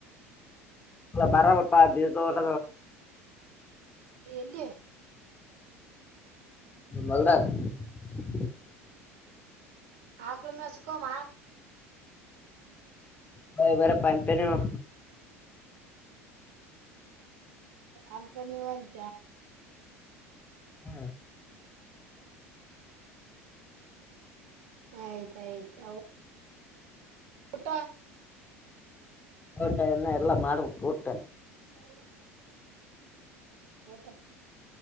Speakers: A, on the left (about 20°); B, on the right (about 60°).
A: ಬರಲ್ಲಪ್ಪಾ ಬೀದೋರ
B: ಎಲ್ಲಿಯ
A: ನಿ ಮಲ್ದ <unintelligible>
B: ಆಾಕಳ ಮಸಕೋಾಮ
A: ಹ ಬರ ಪಂಪನ <unintelligible>
B: ಅಂತ ನೀವ ಅಂತ
A: ಹ್ಮ
B: ಆಯ್ತಾಯ್ತ ಊಟ
A: ಊಟ ಇನ್ನ ಎಲ್ಲಾ ಮಾಡ್ಬು ಊಟ್ಟ
B: ಸರಿಣ <unintelligible> ಓಟಮ <unintelligible>